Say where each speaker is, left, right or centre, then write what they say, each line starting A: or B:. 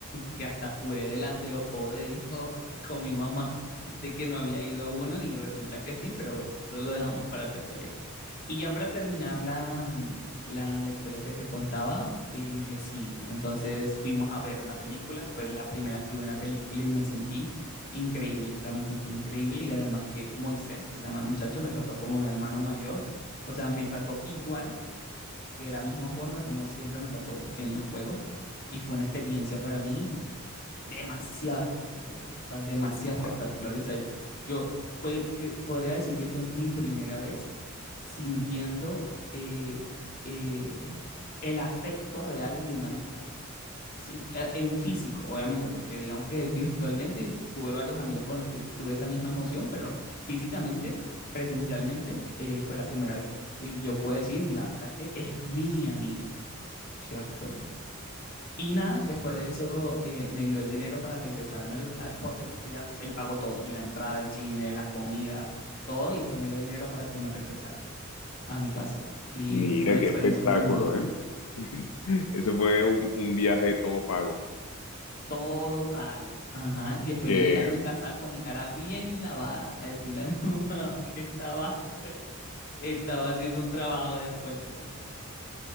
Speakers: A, on the left; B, on the left.
A: que hasta juré delante de los ojos de Dios <laughs> con mi mamá de que no había ido a uno y resulta que sí, pero bueno, eso lo dejamos para otra historia. Y ya para terminar la, mm, la, la historia que te contaba, eh, sí, entonces fuimos a ver una película, fue la primera vez que vi una película y me sentí increíble, o sea, me sentí increíble y además que Moisés, que se llama el muchacho, me trató como un hermano mayor, o sea, me trató igual que de la misma forma como siempre me trató en los juegos y fue una experiencia para mí demasiado espectacular, o sea, demasiado espectacular.
B: Guau.
A: O sea, yo fue que podría decir que fue mi primera vez sintiendo eh, eh, el afecto real de una amistad, ¿sí? Eh, En físico, obviamente, porque digamos que virtualmente tuve varios amigos con los que tuve esa misma emoción, pero físicamente, presencialmente, eh, fue la primera vez que yo puedo decir, mira, ¿sabes qué? Es mi amigo, ¿cierto? Y nada, después de eso eh, me dio el dinero para regresarme. Al, al- por cierto, ese día él pagó todo, la entrada del cine, la comida, todo, y después me dio dinero para que me regresara a mi casa. Y
B: Mira
A: fue una
B: qué
A: experiencia
B: espectáculo,
A: muy bonita.
B: ¿eh? <laughs> Eso fue un, un viaje todo pago.
A: Todo pago. Ajá. Y después
B: Que
A: yo llegué a
B: <laughs>
A: mi casa con mi cara bien lavada a decirle a mi <laughs> mamá que estaba, estaba haciendo un trabajo del colegio.